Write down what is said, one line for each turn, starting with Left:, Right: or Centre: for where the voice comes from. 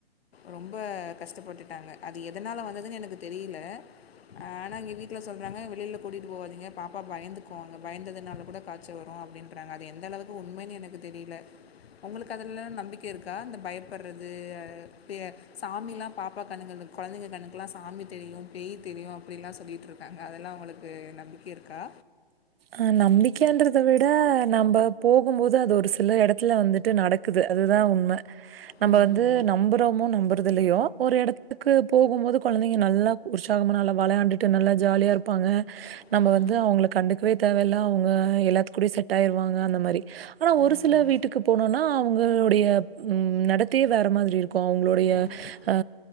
Left: ரொம்ப கஷ்டப்பட்டுட்டாங்க அது எதனால வந்ததுன்னு எனக்கு தெரில ஆனா இங்க வீட்ல சொல்றாங்க வெளில கூட்டிட்டு போவாதீங்க பாப்பா பயந்துக்குவாங்க பயந்ததுனால கூட கா ச்ச வரு அப்டின்றாங்க அது எந்த அளவுக்கு உண்மைன்னு எனக்கு தெரில உங்களுக்கு அதுலலா நம்பிக்கை இருக்கா இந்த பயப்புட்றது பே சாமிலா பாப்பா கண்ணுக்கு கொழந்தைங்க கண்ணுக்லா சாமி தெரியு பேய் தெரியு அப்டிலா சொல்லிட்ரு க்காங்க அதெல்லா உங்களுக்கு நம்பிக்க இருக்கா
Right: அ நம்பிக்கைன்றத விட நம்ப போகும்போது அது ஒரு சில எடத்துல வந்துட்டு நட குது அதுதா உண்ம நம்ப
Left: ம்
Right: வந்து நம்புறோமோ நம்ப றது இல்லையோ ஒரு எடத்துக்கு போகும்போது கொழந்தைங்க நல்லா உற்சாகமா நல்லா வெளையாண்டுட்டு நல்லா ஜாலியா இரு ப்பாங்க நம்ம
Left: ம்
Right: வந்து அவங்ள கண்டுக்கவே தேவையில்ல அவங்க எல்லாத்து கூடயு செட் ஆயிருவாங்க அந்த மாரி ஆனா
Left: ம்
Right: ஒரு சில வீட்டுக்கு போனோனா அவங்களுடைய ம் நடத்தையே வேற மாதிரி இருக்கு அவங்களுடைய
Left: ம்
Right: அ